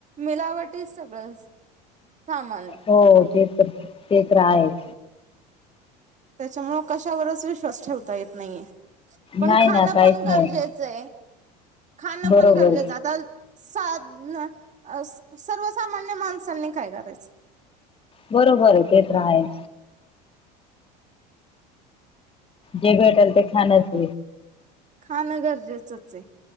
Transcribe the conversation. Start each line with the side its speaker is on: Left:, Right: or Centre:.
Right: मिलावटीच सगळंच सामानये.
Left: हो हो ते तर, ते तर आहेच.
Right: त्याच्यामुळ कशावरच विश्वास ठेवता येत नाहीये. पन
Left: नाही
Right: खाणं
Left: ना काहीच
Right: पण
Left: नाही
Right: गरजेचं ये, खानं
Left: बरोबर
Right: पन गरजेचं आता साध न अ.. सर्वसामान्य माणसांनी काय करायचं?
Left: बरोबर ते तर हाये. जे भेटल ते खाण्याच
Right: खाणं गरजेचंच ऐ.